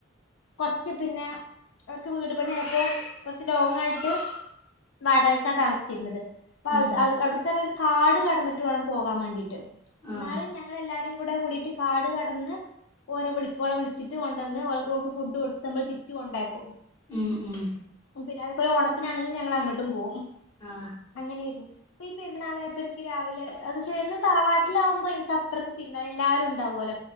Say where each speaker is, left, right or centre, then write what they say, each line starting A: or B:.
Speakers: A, on the left; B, on the left.
A: കൊറച്ച് പിന്നെ അവർക്ക് വീട് പണിപ്പോ കുറച്ച് ലോങ് ആയിട്ട് വാടകക്ക താമിച്ചിരുന്നത് അ
B: ഉം
A: അവ്ട്ത്തൊര് കാട് കടന്നിട്ട് വേണം പോകാൻ വാണ്ടീട്ട് എന്നാലും
B: ആ
A: ഞങ്ങള് എല്ലാരും രും കൂടെ കൂടിട്ട് കാട് കടന്ന് ഓരെ വിളി ഓളെ വിളിച്ചിട്ട് കൊണ്ടുന്ന് ഓൾക്ക് ക്കു ഫുഡ് കൊടുത്ത് നമ്മള് തിരിച്ച് കൊണ്ടാക്കും പിന്നെ
B: ഉം ഉം
A: അതേപോലെ ഓണത്തിനാണെങ്കി ഞങ്ങള് അങ്ങട്ടും പോകും
B: ആ
A: അങ്ങനെരുന്നു ഇപ്പ ഈ പെരുന്നാളായപ്പ ഇനിക്ക് രാവിലെ അത് ശെ എന്നും തറവാട്ടിലാവ്മ്പോ എനിക്ക് അത്രക്ക് ഫീൽ എല്ലാരും ഉണ്ടാവും പോല